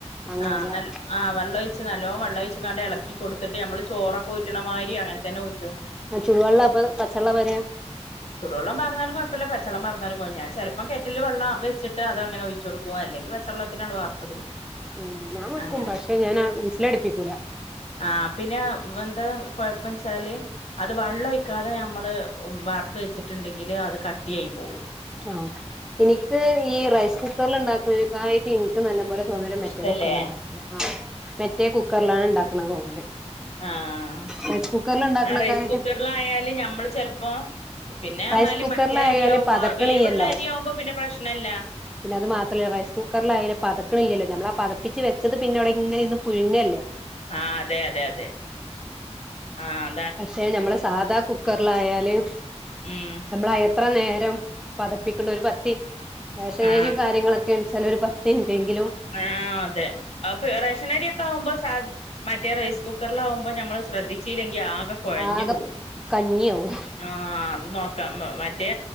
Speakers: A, in the centre; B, on the left.
A: അങ്ങനെല്ലേ
B: ആഹ് ന ആഹ് വള്ളൊഴിച്ച് നല്ലോം വെള്ള ഒഴിച്ച് കാണ്ട് ഇളക്കി കൊടുത്തിട്ട് നമ്മള് ചോറൊക്കെ ഊറ്റണമാതിരി അങ്ങനെ തന്നെ ഊറ്റും.
A: ആ ചുടുവെള്ള അപ്പൊ പച്ചെള്ള പാരാ?
B: ചൂടുവെള്ളം വാർന്നാലും കുഴപ്പില്ല പച്ചവെള്ളം വാർന്നാലും ഞാൻ ചിലപ്പൊ കെറ്റിൽ വെള്ളം വച്ചിട്ട് അത് അങ്ങനെ ഒഴി <unintelligible> അല്ലെങ്കിൽ പച്ചൊള്ളത്തിനട് വാർത്തിടും.
A: ആഹ് ഞാൻ വെക്കും
B: അങ്ങനെ
A: പക്ഷെ ഞാൻ വിസലടിപ്പിക്കൂല.
B: ആഹ് പിന്നെ വെന്താ കൊഴ്പ്പ വെച്ചാല് അത് വെള്ളൊയിക്കാതെ നമ്മള് വർത്ത് വെച്ചിട്ടുണ്ടെങ്കില് അത് കട്ടിയായി പോകും.
A: ആഹ് എനിക്ക് ഈ റൈസ് കുക്കറിൽ ഉണ്ടാക്കുന്നക്കായിട്ട് എനിക്ക് നല്ല പോലെ തോന്നല് മറ്റെ
B: ഇഷ്ടല്ലേ
A: മറ്റേ കുക്കറിലിണ്ടാകലാ മറ്റേ കുക്കറിലാണ് ഉണ്ടാക്കണ തോന്നല്
B: ആഹ്
A: റൈസ് കുക്കറിൽ ഉണ്ടാക്കണക്കായിട്ട്
B: ആ റൈസ് കുക്കറിലായാല് ഞമ്മള് ചെലപ്പോ പിന്നെ എന്നാല്
A: റൈസ് കുക്കറിലായാല്
B: മറ്റേ അരിയാവുമ്പോ
A: പതക്കണില്ലല്ലോ
B: വേവുള്ള അരിയാവുമ്പോ പിന്നെ പ്രശ്നല്ല.
A: പിന്നെ അത് മാത്രല്ല റൈസ് കുക്കറിൽ അയാലും പതക്കണില്ലല്ലോ നമ്മള് ആ പതപ്പിച് വെച്ചത് പിന്നവിടെ ഇങ്ങനെ ഇന്ന് പുഴുങ്ങല്ലേ?
B: ആഹ് അതെ അതെ അതെ ആഹ്
A: പക്ഷെ നമ്മളെ സാധാ കുക്കറിലായല്
B: ഉം
A: നമ്മള് എത്ര നേരം പതപ്പിക്കണ്ട ഒരു പത്തി റേഷനേരി
B: ആ
A: കാര്യങ്ങളൊക്കെ വെച്ചാൽ ഒരു പ ത്തിൻറ്റെങ്കിലും
B: ആഹ് അതെ അപ്പൊ റേഷനരിയൊക്കെ ആവുമ്പോ സാ മറ്റേ റൈസ് കുക്കറിലാകുമ്പോ നമ്മളത് ശ്രദ്ധിച്ചല്ലെങ്കി ആകെ കുഴഞ്ഞു
A: ആകെ
B: പോവും.
A: കഞ്ഞിയാവും
B: ആഹ് അത് നോക്കാം മറ്റേ